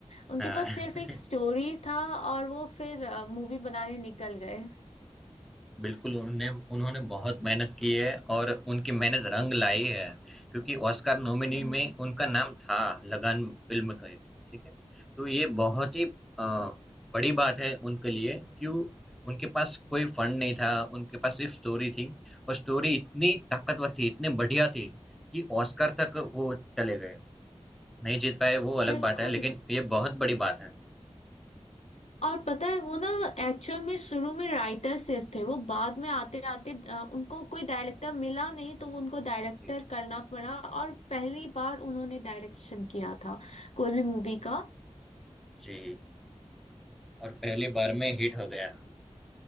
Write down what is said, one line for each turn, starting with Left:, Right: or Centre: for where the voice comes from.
Left: उनके
Centre: हाँ
Left: पास सिर्फ एक स्टोरी था और वो फिर मूवी बनाने निकल गए
Centre: बिल्कुल, उन्होंने उन्होंने बहुत मेहनत की है और उनकी मेहनत रंग लाई है क्योंकि ऑस्कर नॉमिनी
Left: हम्म
Centre: में उनका नाम था लगान फ़िल्म के, ठीक है? तो ये बहुत ही अ, बड़ी बात है उनके लिए क्यों उनके पास कोई फंड नहीं था, उनके पास सिर्फ स्टोरी थी और स्टोरी इतनी ताकतवर थी, इतनी बढ़िया थी कि ऑस्कर तक वो चले गए। नहीं जीत पाए वो अलग
Left: बिल्कुल
Centre: बात है लेकिन ये बहुत बड़ी बात है।
Left: और पता है वो ना एक्चुअल में शुरू में राइटर सिर्फ थे वो बाद में आते आते उनको कोई डायरेक्टर मिला नहीं तो वो उनको डायरेक्टर
Centre: जी,
Left: करना पड़ा और पहली बार उन्होंने डायरेक्शन किया था कोई भी मूवी का
Centre: जी और पहली बार में हिट हो गया।